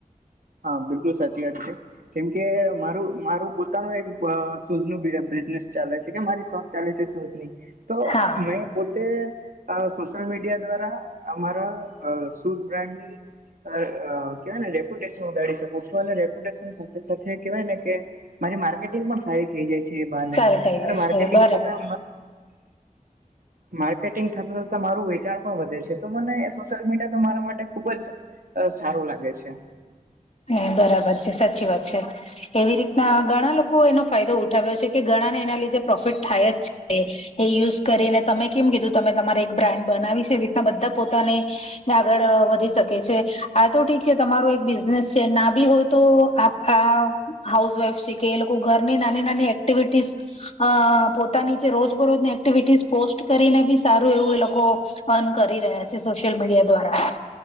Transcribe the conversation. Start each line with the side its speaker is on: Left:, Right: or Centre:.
Right: હા બિલકુલ સાચી વાત છે કેમ કે મારું મારું પોતાનું એક બ શુઝનું બિઝનેસ ચાલે છે કે મારી શોપ ચાલે છે શુઝની તો
Left: હા
Right: મેં પોતે અહ સોશિયલ મીડિયા દ્વારા અમારા અહ શુઝ બ્રાન્ડની અહ અહ કેવાય ને રિપ્યુટેશન લડી શકું છું અને રેપ્યુટેશન સાથે સાથે કેવાય ને કે મારી માર્કેટિંગ પણ સારી થઈ જાય છે એ બહાને
Left: સારું થઈ
Right: અને
Left: જશે
Right: માર્કેટિંગ
Left: બરાબર
Right: થતા
Left: <unintelligible>
Right: માર્કેટિંગ થતા થતા મારું વેચાણ પણ વધે તો મને સોશિયલ મીડિયા તો મારા માટે ખુબ જ અહ સારું લાગે છે.
Left: હમ્મ, બરાબર છે સાચી વાત છે એવી રીતના ઘણા લો કો એનો ફાયદો ઉઠાવ્યો છે કે ઘણા ને એના લીધે પ્રોફિટ થાય જ છે એ યુઝ કરીને તમે કેમ કીધું તમે તમારે એક બ્રાન્ડ બનાવી છે એવી રીતના બધા પોતાને ને આગળ વધી શકે છે આ તો ઠીક છે તમારો એક બીજ નેસ છે ના બી હોય તો આપડા હાઉસ વાઈફ છે કે એ લોકો ઘરની નાની નાની એક્ટિવિટીઝ અહ પોતાની જે રોજ બરોજની એક્ટિવિટીઝ પોસ્ટ કરીને બી સારું એવું એ લોકો અર્ણ કરી રહ્યા છે સોશિયલ મીડિયા દ્વારા